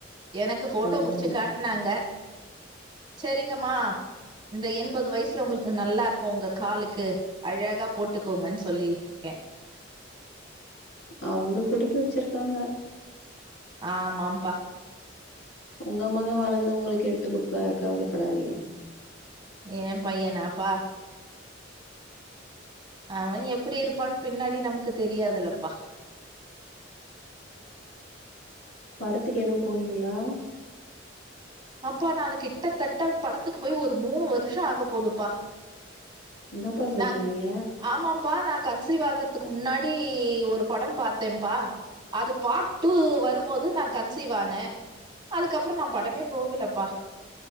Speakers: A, on the right; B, on the left.
A: எனக்கு ஃபோட்டோ
B: பரவால்ல
A: புடிச்சு காட்னாங்க சரிங்கம்மா இந்த எண்பது வயசுல உங்களுக்கு நல்லா இருக்கு உங்க காலுக்கு அழகா போட்டுக்கோங்கன் சொல்லியிருக்கே
B: அவங்க குடுத்து வச்சிருக்காங்க
A: ஆமாம்பா
B: உங்க மக வளந்து உங்களுக்கு எடுத்துக் குடுப்பாரு கவலப்படாதீங்க
A: ஏ பையனாப்பா அவே எப்டி இருப்பான் பின்னாடி நமக்கு தெரியாதுல்லப்பா
B: படத்துக் எதுவு போனீங்களா
A: அப்பா நானு கிட்டத்தட்ட படத்துக்கு போய் ஒரு மூணு வருஷோ ஆக போதுப்பா
B: என்னப்பா சொல்றீங்க
A: நா ஆமா ப்பா நா கன்சீவ் ஆகுறதுக்கு முன்னாடி ஒரு படோ பாத்தேன்ப்பா அது பார்ட் டூ வரும்போது நா கன்சீவ் ஆனே அதுக்கப்புறோ நா படமே போகுலப்பா